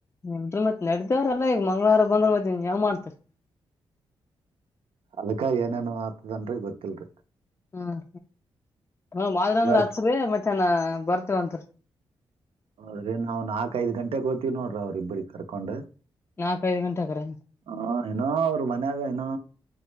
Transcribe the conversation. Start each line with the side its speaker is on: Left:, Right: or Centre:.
Left: ಎ ಮತ್ ನಡ್ದೇವ್ರ ಎಲ್ಲ ಈಗ ಮಂಗ್ವಾರ ಬಂದ್ರ ಮತ್ತತ್ನ್ಾವ್ ಮಾಡ್ತರಿ
Right: ಅದಕ್ಕ ಏನೇನ್ ಮಾತದನ್ರರಿ ಗೊತ್ತಿಲ್ರಿ
Left: ಹ್ಮ್ ಹ್ಮ್ ಮಾದರಿ ಅಂದ್ರೆ
Right: ಹೇಳ್ರಿ
Left: ಹಚ್ಬ ಮತ್ತ್ಯಾನ ಬರ್ತೇವ ಅಂತರಿ
Right: ಹೌದ್ರಿ ನಾವವು ನಾಕಕ್ ಐದು ಗಂಟೆಗೋ್ತೀವಿ ನೋಡ್ರಿ ಅವ್ರರಿಬ್ಬ್ರಗ್ ಕರ್ಕೊಂಡ್
Left: ನಾಲ್ಕ್ ಐದು ಗಂಟೆ ಹಕ್ರೆ
Right: ಹ ಏನ ಅವರು ಮನ್ಯಾಗ ಏನ